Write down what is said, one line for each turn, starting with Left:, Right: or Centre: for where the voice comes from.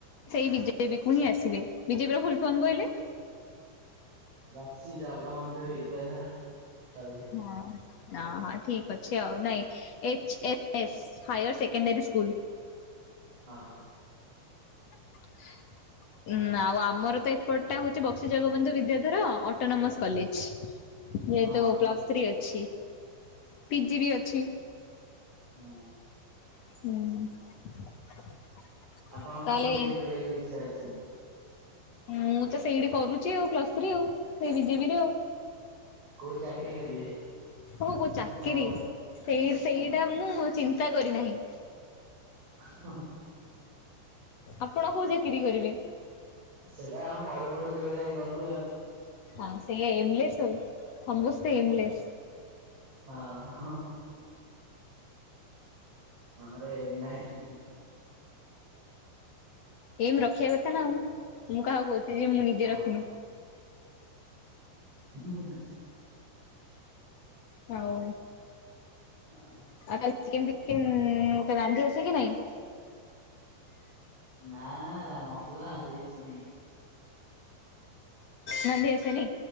Left: ସେଇ ବିଜେପି କୁ ହିଁ ଆସିବେ ବିଜେପିର ଫୁଲ ଫର୍ମ କହିଲେ?
Right: ବକ୍ସି ଜଗବନ୍ଧୁ ବିଦ୍ୟାଧର। କଲେଜ
Left: ହଁ। ନା ହଁ ଠିକ୍ ଅଛି ଆଉ ନାଇଁ H A S higher secondary school.
Right: ହଁ।
Left: <inaudible> ଉଁ ଆଉ ଆମର ତ ଏପଟଟା ହଉଛି ବକ୍ସି ଜଗବନ୍ଧୁ ବିଦ୍ୟାଧର ଅଟୋନୋମସ କଲେଜ। ଯେହେତୁ
Right: ହଁ।
Left: ପ୍ଲସ୍ ଥ୍ରୀ ଅଛି ପିଜି ବି ଅଛି।
Right: ହୁଁ।
Left: ହୁଁ।
Right: ଆପଣ
Left: ତାହେଲେ
Right: କୋଉ ଜାଗାରେ ଗଡିବାକୁ ଇଚ୍ଛା ଅଛନ୍ତି।
Left: ହ ମୁଁ ତ ସେଇଠି କରୁଛି ଆଉ ପ୍ଲସ୍ ଥ୍ରୀ ଆଉ ସେଇ ବିଜେିବି ରେ ଆଉ।
Right: କୋଉ ଚାକିରୀ କରିବେ।
Left: ଓହୋ ଚାକିରି
Right: ଫରୱାର୍ଡ
Left: ସେଇ
Right: ହଁ
Left: ସେଇଟା ମୁଁ ଚିନ୍ତା କରିନାହିଁ।
Right: ହଁ ହଁ
Left: ଆପଣ କୋଉ ଚାକିରି କରିବେ।
Right: ସେଇଟା ଆମେ ପଢ଼ୁ ପଢ଼ୁ ଯୋ ଯାଇଁ ଗଲୁ ଆଉ।
Left: ହଁ ସେ ଏମଲେସ ସମସ୍ତେ ଏମଲେସ।
Right: ହଁ ହଁ। ଆମର ଏମ୍ ନାହିଁ।
Left: ଏଇମ ରଖିବା କଥା ନା ଆଉ ମୁଁ କାହାକୁ କହୁଛି ଯେ ମୁଁ ନିଜେ
Right: ହଁ
Left: ରଖିନି।
Right: <inaudible>
Left: ହଉ।
Right: ହଁ।
Left: <unintelligible> ରାନ୍ଧି ଆସେ କି ନାଇଁ।
Right: ନା ନା ମୋତେ ରାନ୍ଧି ଆସେ ନାହିଁ।
Left: ରାନ୍ଧି ଆସେନି।